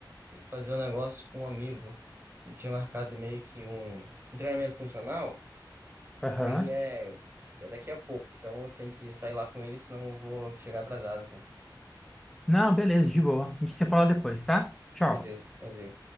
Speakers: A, on the right; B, in the centre.
A: que fazer um negócio com um amigo. Eu tinha marcado meio que um um treinamento funcional,
B: aham.
A: aí é, é daqui a pouco, então eu tenho que sair lá com ele, senão eu vou chegar atrasado, cara.
B: Não, beleza, de boa. A gente se fala depois, tá? Tchau.
A: Beleza, valeu.